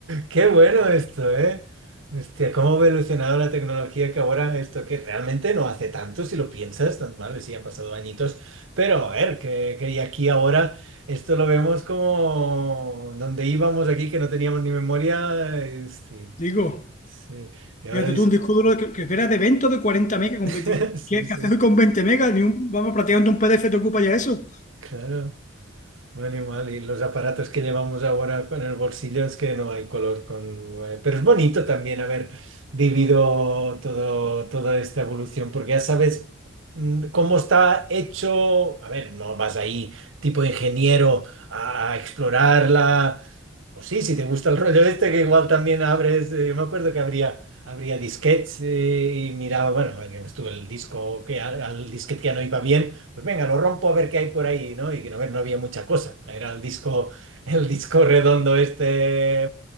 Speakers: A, on the right (about 70°); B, on the left (about 35°).
A: Qué bueno esto, ¿eh? Hostia, cómo ha evolucionado la tecnología que ahora esto que realmente no hace tanto, si lo piensas, tan- vale, sí han pasado añitos, pero a ver, que, que y aquí ahora esto lo vemos como donde íbamos aquí, que no teníamos ni memoria, este,
B: Digo,
A: sí. Y
B: fíjate
A: ahora,
B: tú, un disco duro que, que era de evento de 40 megas. Con
A: <laughs>
B: 20,
A: Sí,
B: ¿qué, qué
A: sí,
B: haces hoy con 20 megas? Ni un, vamos, prácticamente un PDF te ocupa ya eso.
A: claro. Un animal y los aparatos que llevamos ahora en el bolsillo es que no hay color con... eh, Pero es bonito también haber vivido todo, toda esta evolución porque ya sabes mm, cómo está hecho. A ver, no vas ahí tipo ingeniero a, a explorarla O sí, si te gusta el rollo este, que igual también abres. eh, yo me acuerdo que habría, habría disquetes eh, y miraba, bueno, a ver, que estuvo el disco, que al, al disquete que ya no iba bien, pues venga, lo rompo a ver qué hay por ahí, ¿no? Y que no, a ver, no había mucha cosa. Era el disco, el disco redondo este,